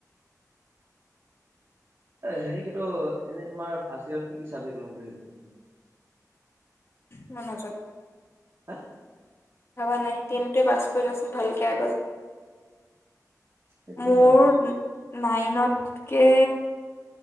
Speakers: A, on the right; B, on the left.
A: হেৰি কিটো এনে তোমাৰ ফাৰ্ষ্ট ইয়াৰত কি কি চাবজেক্ট লম বুলি ভাবিছা তুমি? <inaudible>
B: মই নজনা
A: হা
B: ভবা নাই তেণ টোৱে পাঁচ লওঁচোন ভালকে আগত।
A: সেইটোও
B: মোৰ
A: হয় বাৰু
B: নাইনত কে